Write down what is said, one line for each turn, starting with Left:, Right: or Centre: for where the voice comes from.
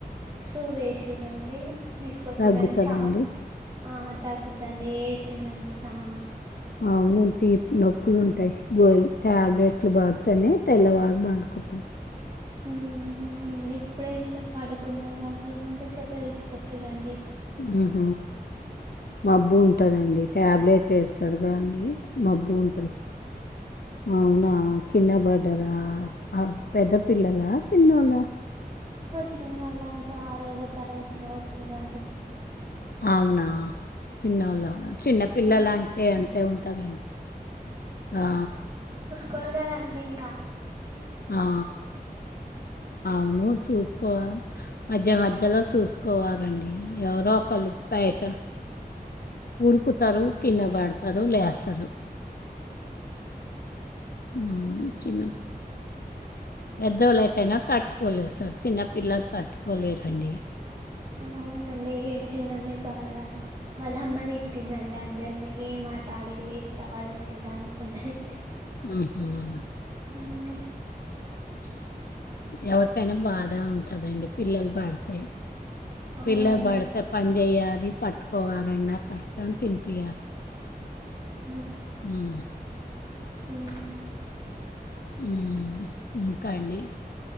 Right: సూదేేశి రండీ తీసుకొచ్చిరండి
Left: తగ్గుతుందండి
Right: చాల్ ఆ తగ్గుత్తండీ చిన్నండి చానా
Left: అవును తీ నొప్పులుంట్ గోల్ టాబె ట్లు బాడతనే తెల్ల వార్ బండుకుంటడ్
Right: మ్ ఇప్పుడే ఇట్ల పడు కుందం మెన్ ఇంతసేపే తీసుకొచ్చిరండి
Left: ఆహ మబ్బు ఉంటదండి టాబ్లెట్ ట్టేసర్ గా అండి మబ్బు ఉంటద్ అవునా కిన్నా బర్ అదా ఆ పెద్ద పిల్లలా పిన్నోలా
Right: చిన్నోళ్ళండి ఆరు ఏడో తరగతి సవుతురండి
Left: అవునా చిన్నోళ్ల చిన్నపిల్లలు
Right: ఇంగా
Left: అంటే అంతే ఉంటుందండ్ ఆ
Right: కొర్గదండి ఇంగా
Left: ఆ అవును చూస్ కో మధ్య మధ్యలో చూసుకోవాలండీ ఎవరో ఒకలు ప్యాయట
Right: సఓ <unintelligible>
Left: ఊరుకుతరు కిందపడత్ రు లేసరు ఆ చిన్న పెద్దోలుయితేయినా తట్టుకోలేదు సార్ చిన్నపిల్లల్ తట్టుకోలేరండి
Right: అవునండి ఏడ్చిందండి బాగా వాళ్ళ అమ్మది తిట్టిందండి అందరినీ ఏ మాట ఆడళ్ళ ఎట్లా వాడేసిరా అనుకుంటది
Left: ఊ మ్ హ్
Right: ఉ ఆ <unintelligible>
Left: ఎవరికైనా బాధ ఉంటదండి పిల్లల్ బడితే
Right: అవునండి
Left: పిల్ల పడితే పని చేయాలి పట్టుకోవాలన్న కష్టం తినిపియాల్
Right: <inaudible>
Left: మ్
Right: మ్
Left: ఉ ఇంకా అండి